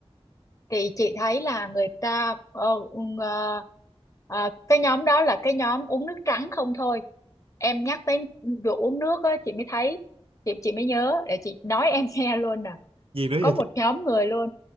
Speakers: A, on the left; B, on the right.
A: thì chị thấy là người ta ờ, ừm, ờ, ờ, cái nhóm đó là cái nhóm uống nước trắng không thôi em nhắc tới vụ uống nước á chị mới thấy chị chị mới nhớ để chị nói em <laughs> nghe luôn nè
B: gì nữa
A: có
B: vậy
A: một nhóm người luôn